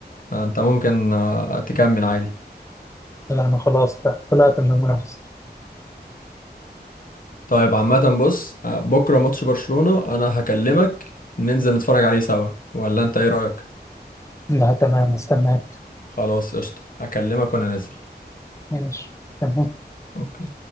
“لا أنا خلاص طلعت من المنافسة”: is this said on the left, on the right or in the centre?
Left